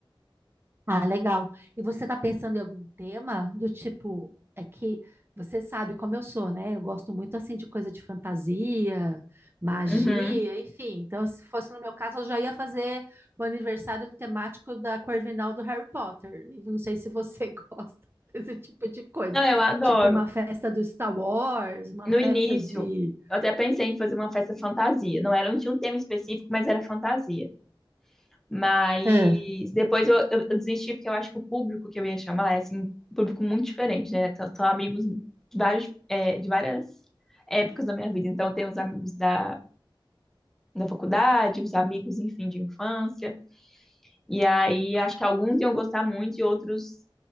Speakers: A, on the right; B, in the centre.
A: Ah, legal. E você está pensando em algum tema do tipo, é que você sabe como eu sou, né? Eu gosto muito assim de coisa de fantasia, magia,
B: Uhum.
A: enfim. Então, se fosse no meu caso, eu já ia fazer o aniversário temático da Corvinal do Harry Potter. E não sei se você <laughs> gosta desse tipo de coisa.
B: Não, eu adoro.
A: Tipo uma festa do Star Wars, uma
B: No
A: festa
B: início,
A: de.
B: eu até pensei em fazer uma festa fantasia. Não era, não tinha um tema específico, mas era fantasia. Mas
A: É,
B: depois eu, eu- eu desisti porque eu acho que o público que eu ia chamar é assim, um público muito diferente, né? São, são amigos de vários, é, de várias épocas da minha vida. Então, eu os amigos da, da faculdade, os amigos, enfim, de infância. E aí, acho que alguns iam gostar muito e outros